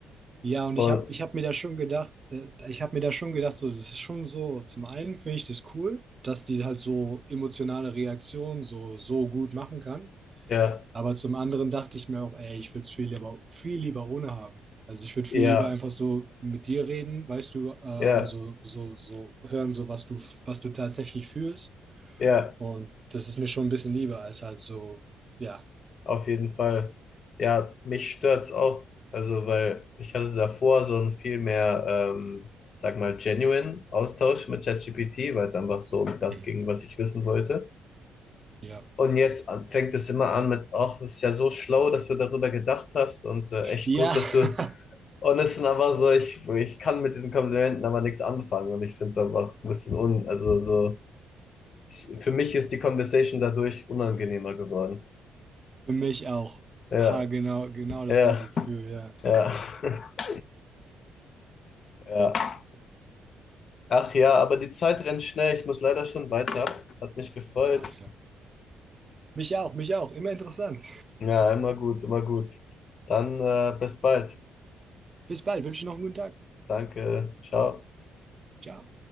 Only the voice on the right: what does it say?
Ja, und
ich habe ich hab mir da schon gedacht, äh, ich habe mir da schon gedacht, so, das ist schon so, zum einen finde ich das cool, dass die halt so emotionale Reaktionen so, so gut machen kann,
aber zum anderen dachte ich mir auch, ey, ich würde es viel lieber, viel lieber ohne haben. Also ich würde viel
lieber einfach so mit dir reden, weißt du, äh,
und so, so, so hören, so was du, was du tatsächlich fühlst.
Und das ist mir schon ein bisschen lieber als halt so, ja,
Mhm.
ja.
Ja,
<laughs>
für mich auch.
Ha, genau, genau dasselbe
Gefühl, ja.
Alles klar. Mich auch, mich auch. Immer interessant.
Bis bald. Wünsche noch einen guten Tag.
Ciao.